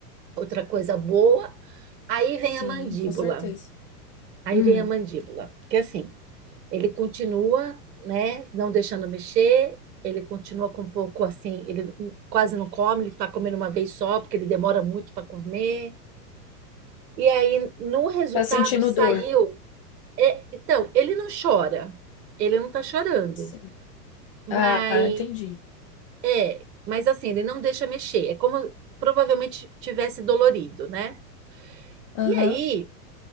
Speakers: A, on the right; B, on the left.
A: outra coisa boa. Aí vem
B: Sim,
A: a mandíbula.
B: com certeza.
A: Aí
B: Hum.
A: vem a mandíbula, porque assim, ele continua, né, não deixando mexer, ele continua com um pouco assim, ele quase não come, ele está comendo uma vez só, porque ele demora muito para comer. E aí, no resultado,
B: Tá sentindo
A: saiu.
B: dor?
A: é, então, ele não chora, ele não está chorando,
B: Sim.
A: mas
B: Ah, entendi.
A: é, mas assim, ele não deixa mexer, é como provavelmente tivesse dolorido, né?
B: Aham.
A: E aí,